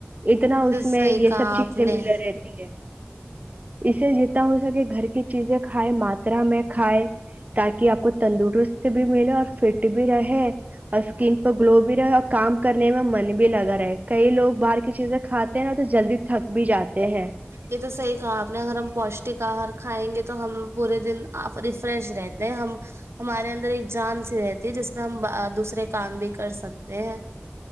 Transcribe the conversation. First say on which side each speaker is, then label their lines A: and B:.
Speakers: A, on the right; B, on the right.
A: اتنا
B: یہ تو
A: اس
B: صحیح
A: میں یہ
B: کہا
A: سب چیزیں
B: آپ نے
A: ملے رہتی ہے اسے جیتتا ہو سکے گھر کی چیزیں کھائے ماترا میں کھائے تاکہ آپ کو تندرست بھی ملے اور فٹ بھی رہے اور اسکن پر گلو بھی رہے اور کام کرنے میں من بھی لگا رہے کئی لوگ باہر کی چیزیں کھاتے ہیں نا تو جلدی تھک بھی جاتے ہیں
B: یہ تو سی کا اپنے گھر میں پوشک کاہر کھائیں گے تو ہم پورے دن ریفریش رہتے ہیں ہم ہمارے اندر ایک جان سی رہتی ہے جس میں ہم دوسرے کام بھی کر سکتے ہیں